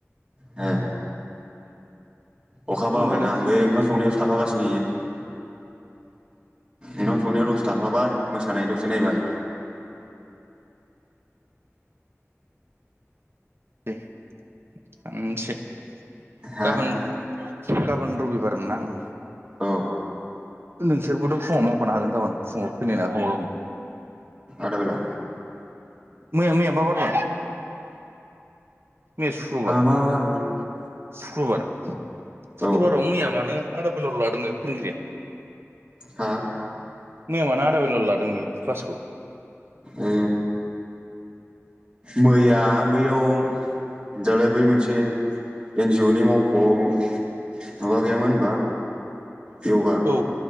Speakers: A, on the right (about 15°); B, on the right (about 50°).
A: ह अखाबो
B: होमबालाय
A: हाबायना
B: फैसै
A: बै ओंखाम संनायावसो थाफागासिनो इयो। ओंखाम संनायाव दसे थाफाबाय मोसानाय दसे नायबाय।
B: दे <unintelligible>
A: हा
B: गाबोन गाबोन रबिबारमोन ना ओ।
A: औ
B: नोंसोरबोथ' फुङाव मावफानो हागोन गाबोन फुङाव फैनाय नङा खोमा गामोन।
A: आदाबेला
B: मैया मैया मा बारमोन? मैया सुक्रुबार
A: मा बारमोन
B: सुक्रुबार सुक्रुबारावनो
A: औ
B: मैया मानो आदाबेलाल' लादों बेलाय फोरोंगिरिया।
A: हा
B: मैया मानो आदाबेलाल' लादों बे क्लासखौ।
A: ओ मैया बैयाव दालाय बै मोनसे एन जि अ नि मावख'आव माबा गैयामोन होनबा। बेयावबा
B: औ